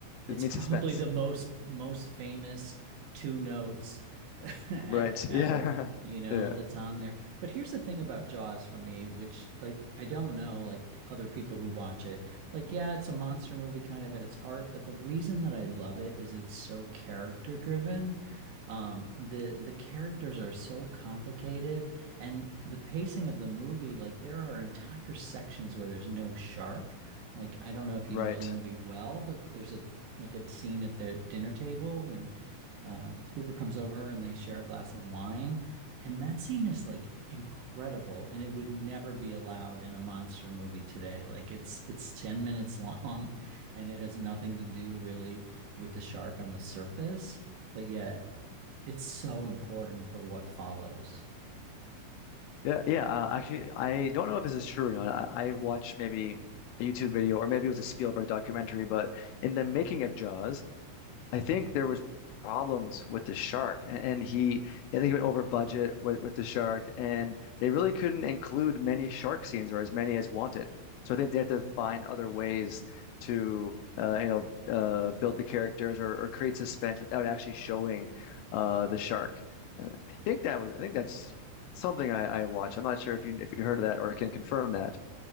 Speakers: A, on the right (about 70°); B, on the left (about 80°).
A: it's
B: it means
A: probably
B: suspense.
A: the most most famous two notes <laughs> e- ever,
B: Right. Yeah. <laughs>
A: you know,
B: Yeah.
A: that's on there. But here's the thing about Jaws for me, which like I don't know like p- other people who watch it. Like yeah, it's a monster movie kind of at its heart, but the reason that I love it is it's so character driven. Um, the the characters are so complicated and the pacing of the movie, like there are entire sections where there's no shark. Like I don't know if you
B: Right.
A: know the movie well, but there's a like a scene at their dinner table when um, Hooper comes over and they share a glass of wine, and that scene is like incredible, and it would never be allowed in a monster movie today. Like it's it's 10 minutes <laughs> long, and it has nothing to do really with the shark on the surface, but yet it's so important for what follows.
B: Yeah. Yeah. Uh, actually, I don't know if this is true or not. I, I watched maybe a YouTube video or maybe it was a Spielberg documentary, but in the making of Jaws. I think there was problems with the shark, and, and he, I think he went over budget with, with the shark, and they really couldn't include many shark scenes or as many as wanted. So I think they had to find other ways to, uh, you know, uh, build the characters or, or create suspense without actually showing uh, the shark. And I think that was, I think that's something I, I watched. I'm not sure if you if you heard of that or can confirm that.